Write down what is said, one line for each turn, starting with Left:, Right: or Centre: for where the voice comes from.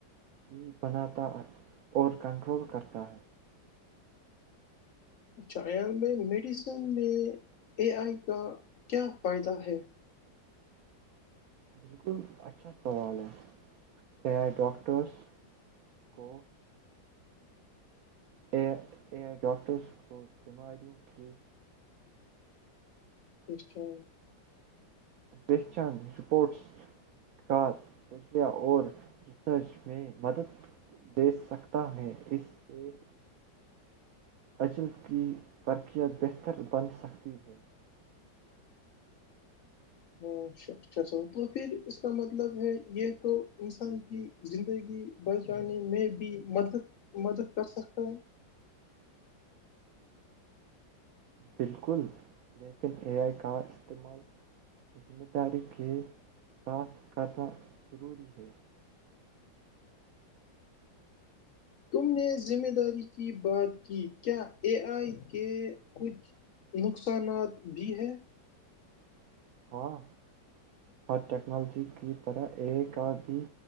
Right: ہی بناتا اور کنٹرول کرتا ہے
Left: اچھا ایال ب میڈیسن میں اے آئی کا کیا فائدہ ہے
Right: بالکل اچھا سوال ہے چ ڈاکٹرس کو A I A I doctors کو بیماریوں کے
Left: اچھا
Right: پہچان رپورٹس کا تجریہ اور ریسرچ میں مدد دے سکتا ہے اس سے اجل کی ترقیت بہتر بن سکتی ہے
Left: ہاں اچھا سا تو پھر اس کا مطلب ہے یہ تو انسان کی زندگی بڑچانے میں بھی مدد مدد کر سکتا ہے
Right: بالکل لیکن اے آئی کا استعمال ذمہ داری کے ساتھ کرنا ضروری ہے
Left: تم نے ذمہ داری کی بات کی کیا اے آئی کے کچھ نقصانات بھی ہیں
Right: ہاں ہر ٹیکنالوجی کی طرح اے کا بھی